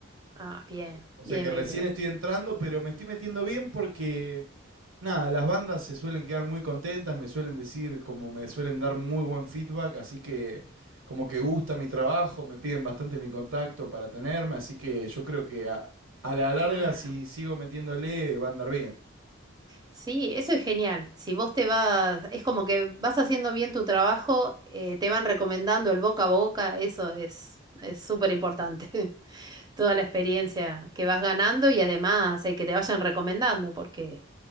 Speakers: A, on the right; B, on the right.
A: ah, bien,
B: O sea
A: bien,
B: que recién
A: bien, bien,
B: estoy entrando, pero me estoy metiendo bien porque Nada, las bandas se suelen quedar muy contentas, me suelen decir, como me suelen dar muy buen feedback, así que como que gusta mi trabajo, me piden bastante mi contacto para tenerme, así que yo creo que a, a la larga,
A: claro.
B: si sigo metiéndole, va a andar bien.
A: Sí, eso es genial. Si vos te vas, es como que vas haciendo bien tu trabajo, eh, te van recomendando el boca a boca, eso es es súper importante. <laughs> Toda la experiencia que vas ganando y además eh, que te vayan recomendando, porque